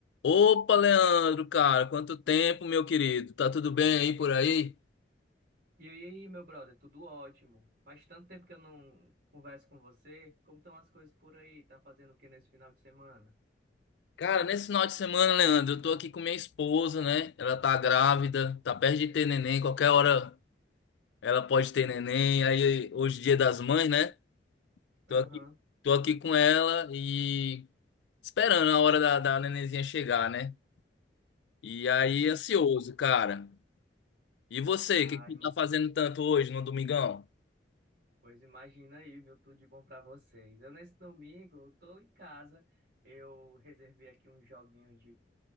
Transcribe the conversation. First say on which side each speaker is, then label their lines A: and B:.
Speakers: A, on the left; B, on the right.
A: Opa, Leandro, cara, quanto tempo, meu querido? Tá tudo bem aí por aí?
B: E aí, e aí, meu brother, tudo ótimo. Faz tanto tempo que eu não converso com você. Como estão as coisas por aí? Tá fazendo o que nesse final de semana?
A: Cara, nesse final de semana, Leandro, eu tô aqui com minha esposa, né? Ela tá grávida, tá perto de ter neném, qualquer hora ela pode ter neném. Aí hoje é dia das mães, né? Tô
B: Aham.
A: aqui, tô aqui com ela e esperando a hora da, da nenenzinha chegar, né? E aí, ansioso,
B: Ah,
A: cara. E você,
B: ai,
A: o que que tu
B: ma.
A: tá fazendo tanto hoje no domingão?
B: Pois imagina aí, viu? Tudo de bom pra vocês. Eu, nesse domingo, eu tô em casa. Eu reservei aqui uns joguinhos de,